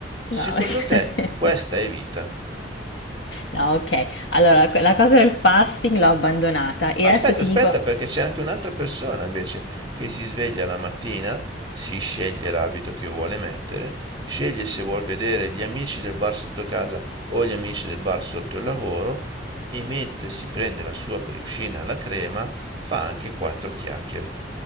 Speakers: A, on the right (about 25°); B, on the left (about 70°).
A: Secondo
B: no,
A: te,
B: <laughs>
A: questa è vita?
B: no, ok. Allora, la cosa del fasting l'ho abbandonata e
A: Ma aspetta,
B: adesso ti
A: aspetta,
B: dico,
A: perché c'è anche un'altra persona invece che si sveglia la mattina, si sceglie l'abito che vuole mettere, sceglie se vuol vedere gli amici del bar sotto casa o gli amici del bar sotto il lavoro e mentre si prende la sua brioscina alla crema fa anche quattro chiacchiere.